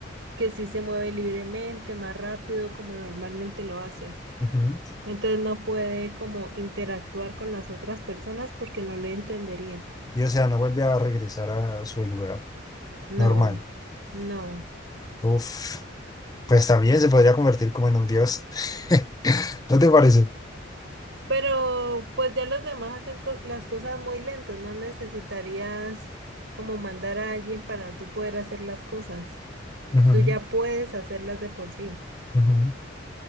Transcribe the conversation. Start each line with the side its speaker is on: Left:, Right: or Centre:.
Right: que sí se mueve libremente, más rápido, como normalmente lo hace.
Left: ujú.
Right: Entonces no puede como interactuar con las otras personas porque no le entendería.
Left: Y o sea, no vuelve a regresar a su lugar
Right: No,
Left: normal.
Right: no.
Left: Uf, pues también se podría convertir como en un dios. <laughs> ¿No te parece?
Right: Pero pues ya los demás hacen cos- las cosas muy lentos, no necesitarías como mandar a alguien para tú poder hacer las cosas.
Left: Ujú,
Right: Tú ya puedes hacerlas de por sí.
Left: ujú.